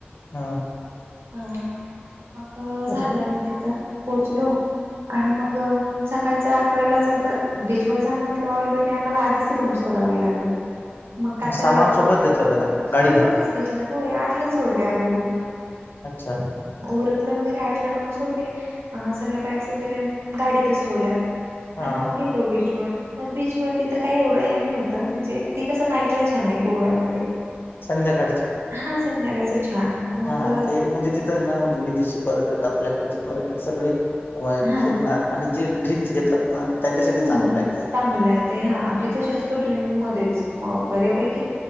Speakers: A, on the left; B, on the right.
A: हा
B: हा मग
A: तर
B: झालं मग तिथं पोहोचलो आणि मग सकाळच अकरालाच होत बीचवर जाण म्हटलं ऑलरेडी ऑलरेडी आम्हाला आधिच रूम सोडावी लागली मग का
A: सामान
B: तर
A: सोबत घेतलं होतं का गाडीमध्ये
B: सोबतच घेतलं होय आठलाच सोडली आम्ही रूम
A: अच्छा
B: उरकल वगैरे आठला रूम सोडले अ सगळ्या बॅग्स वगैरे गाडीतच ठेवल्या
A: हा
B: आणि मग गेलो बीचवर मग बीचवर तिथं काही एवढं हे नव्हतं म्हणजे ती कसं नाईटला छान आहे गोव्यामध्ये
A: संध्याकाळचं
B: हा संध्याकाळचं छान मग
A: हा ते म्हणजे तिथं ना म्हणजे विदेशी पर्यटक आपल्याकडचे पर्यटक सगळे
B: हा
A: फिरणार आणि जे ड्रिंक्स घेतात ना त्यांच्यासाठी
B: हम्म
A: चांगलं आहे ते
B: चांगल आहेत ते हा तिथं जास्त ड्रिंक मध्येच म बऱ्यापैकी